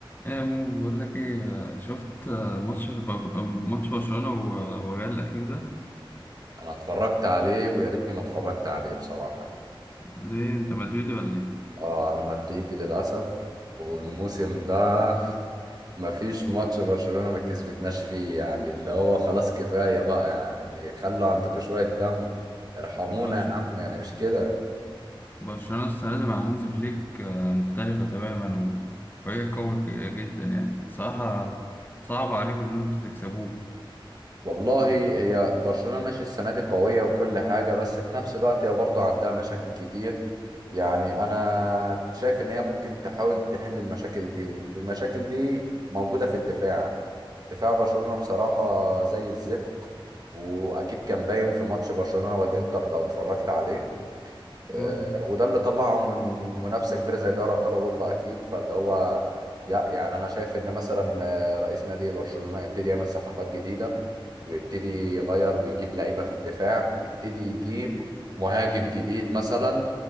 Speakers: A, on the left; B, on the right.
A: ايه مو بقول لك ايه شفت آه، ماتش ليفر- آه، ماتش برشلونة و- والريال الأخير ده
B: انا اتفرجت عليه ويا ريتني ما اتفرجت عليه بصراحة يعني.
A: ليه انت مدريدي ولا ايه؟
B: اه انا مدريدي للاسف والموسم ده <laughs> مفيش ماتش برشلونة ما كسبتناش فيه يعني اللي هو خلاص كفاية بقى يعني خلوا عندكم شوية دم ارحمونا
A: برشلونة
B: يا عم يعني مش كده
A: برشلونة السنة دي مع هانز فليك آه، مختلفة تماما وفريق قوي جدا يعني صراحة صعب عليكم ان انتوا تكسبوه
B: والله هي برشلونة ماشي السنة دي قوية وكل حاجة بس في نفس الوقت هي برضه عندها مشاكل كتير يعني أنا شايف إن هي ممكن تحاول تحل المشاكل دي والمشاكل دي موجودة في الدفاع دفاع برشلونة بصراحة زي الزفت وأكيد كان باين في ماتش برشلونة والإنتر لو اتفرجت عليه آه،
A: اه
B: وده اللي طلعهم من منافسه كبيره زي دوري ابطال اوروبا اكيد فاللي هو يع- يعني انا شايف ان مثلا آه، رئيس نادي برشلونه يبتدي يعمل صفقات جديده ويبتدي يغير ويجيب لعيبه في الدفاع يبتدي يجيب مهاجم جديد مثلا